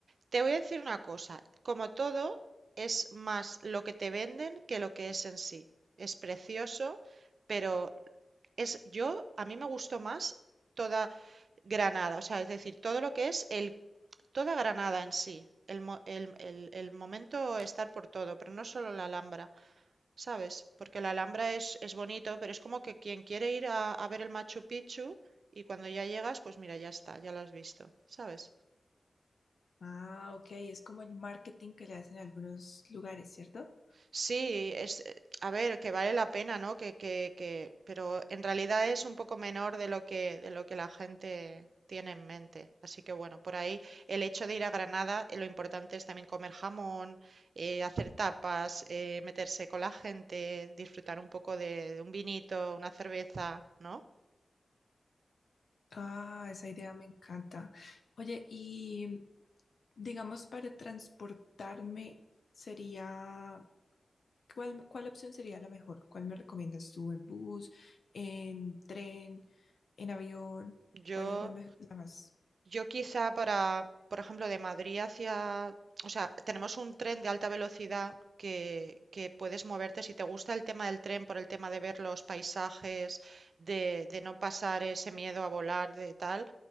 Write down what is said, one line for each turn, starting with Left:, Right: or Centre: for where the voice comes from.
Right: Te voy a decir una cosa, como todo, es más lo que te venden que lo que es en sí. Es precioso, pero es yo, a mí me gustó más toda Granada, o sea, es decir, todo lo que es el, toda Granada en sí, el, mo- el- el- el momento estar por todo, pero no solo la Alhambra, ¿sabes? Porque la Alhambra es, es bonito, pero es como que quien quiere ir a, a ver el Machu Picchu y cuando ya llegas, pues mira, ya está, ya lo has visto, ¿sabes?
Left: Ah, ok, es como el marketing que le hacen en algunos lugares, ¿cierto?
Right: Sí, es, eh, a ver, que vale la pena, ¿no? Que, que, que, pero en realidad es un poco menor de lo que, de lo que la gente tiene en mente. Así que bueno, por ahí el hecho de ir a Granada, eh, lo importante es también comer jamón, eh, hacer tapas, eh, meterse con la gente, disfrutar un poco de, de un vinito, una cerveza, ¿no?
Left: Ah, esa idea me encanta. Oye, y digamos para transportarme sería, ¿cuál, cuál opción sería la mejor? ¿Cuál me recomiendas tú? ¿En bus, en tren, en avión?
Right: Yo
Left: ¿Cuál es la, me- la más?
Right: Yo quizá para, por ejemplo, de Madrid hacia, o sea, tenemos un tren de alta velocidad que, que puedes moverte. Si te gusta el tema del tren, por el tema de ver los paisajes, de, de no pasar ese miedo a volar, de tal,